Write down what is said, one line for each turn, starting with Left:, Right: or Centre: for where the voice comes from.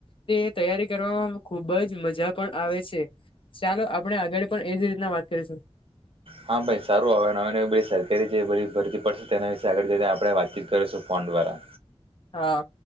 Left: તે તૈયારી કરવામાં ખુ ખુબ જ મજા પણ આવે છે. ચાલો આપણે આગળ પણ એજ રીતના વાત કરીશું.
Right: હા ભાઈ સારું હવે નવી-નવી બધી સરકારી જે બધી ભરતી પડશે તેના વિશે આગળ આપણે જઈને વાતચીત કરીશું ફોન રા.
Left: હા.